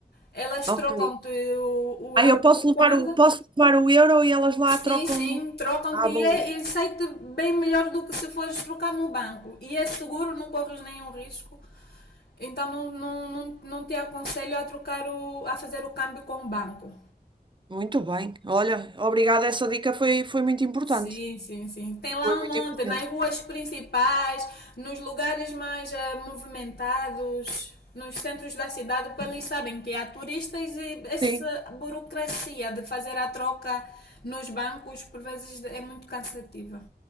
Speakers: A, on the left (about 75°); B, on the right (about 30°).
A: Elas
B: Ok.
A: trocam-te o, o
B: Ah,
A: euro
B: eu posso
A: por kwanza.
B: levar o, posso levar o euro e elas lá
A: Sim,
B: trocam.
A: sim, trocam-te
B: Ah,
A: e,
B: bom.
A: é, e sai-te bem melhor do que se fores trocar no banco. E é seguro, não corres nenhum risco. Então não, não, não, não te aconselho a trocar o, a fazer o câmbio com o banco.
B: Muito bem. Olha, obrigada. Essa dica foi, foi muito importante.
A: Sim, sim, sim. Tem lá
B: Foi muito
A: um monte,
B: importante.
A: nas ruas principais, nos lugares mais eh, movimentados, nos centros da cidade, porque eles sabem que há turistas e essa
B: Sim.
A: burocracia de fazer a troca nos bancos por vezes é muito cansativa.